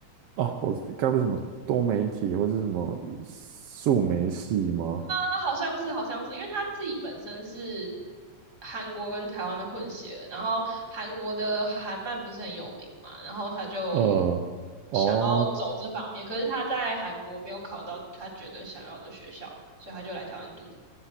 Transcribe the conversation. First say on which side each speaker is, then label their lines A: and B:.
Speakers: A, on the right; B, on the right.
A: 哦，我该不是什么多媒体或是什么数媒系吗？
B: 那好像是，好像是，因为他自己本身是韩国跟台湾的混血儿然后韩国的韩漫不是很有名嘛，然后他就
A: 呃，哦
B: 想要走这方面，可是他在韩国没有考到他觉得想要的学校，所以他就来台湾读这个